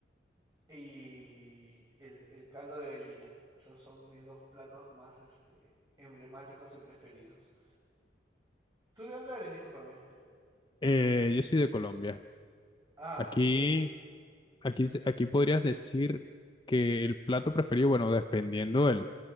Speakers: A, on the right; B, on the left.
A: y el, el caldo de gallina. Esos son mis dos platos más, este, emblemáticos y preferidos. ¿Tú de dónde eres? Discúlpame.
B: Eh, yo soy de Colombia.
A: Ah,
B: Aquí,
A: qué chévere.
B: aquí, se- aquí podrías decir que el plato preferido, bueno, dependiendo el,